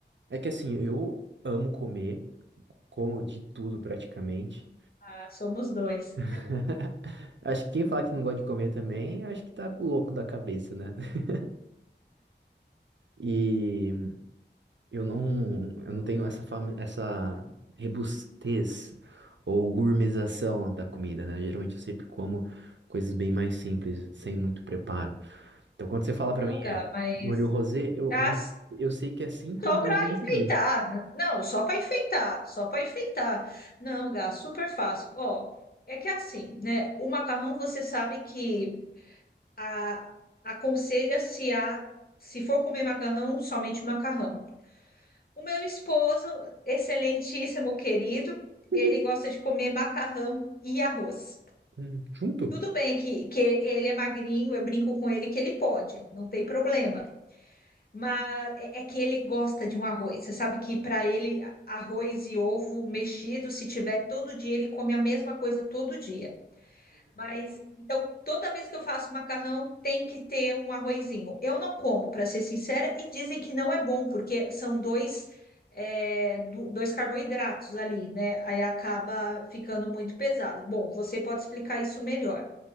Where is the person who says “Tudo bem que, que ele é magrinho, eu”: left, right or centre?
Left